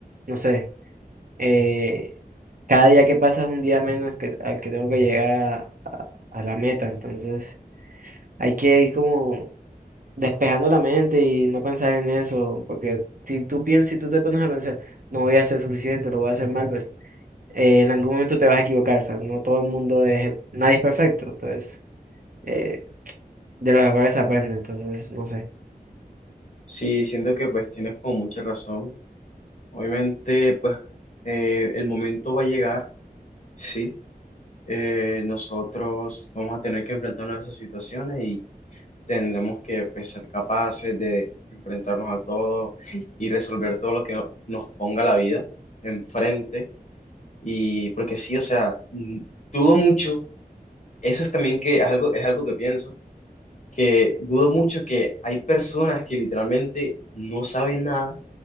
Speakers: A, on the right; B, on the left.
A: no sé. eh, cada día que pasa es un día menos que, al que tengo que llegar a, a- a la meta. Entonces, hay que ir como despejando la mente y no pensar en eso. Porque si tú piensas, si tú te pones a pensar, no voy a ser suficiente, lo voy a hacer mal, pues eh, en algún momento te vas a equivocar, o sea, no todo el mundo es, nadie es perfecto, entonces, eh, de los errores se aprende, entonces, no sé.
B: Sí, siento que pues tienes como mucha razón. Obviamente, pues eh, el momento va a llegar, sí. Eh, nosotros vamos a tener que enfrentarnos a esas situaciones tendremos que pues, ser capaces de enfrentarnos a todo y resolver todo lo que no- nos ponga la vida enfrente. Y porque sí, o sea, mm, dudo mucho, eso es también que es algo, es algo que pienso, que dudo mucho que hay personas que literalmente no saben nada